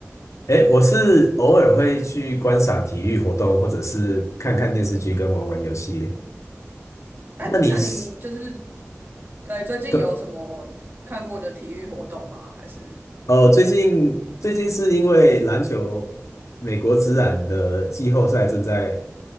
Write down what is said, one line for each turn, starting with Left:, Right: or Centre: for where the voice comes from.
Left: 哎，我是偶尔会去观赏体育活动，或者是看看电视剧跟玩玩游戏。
Right: 啊，
Left: 那你是，
Right: 那你就是对最近有什么看过的体育活动吗？
Left: 可
Right: 还是？
Left: 哦，最近最近是因为篮球美国职篮的季后赛正在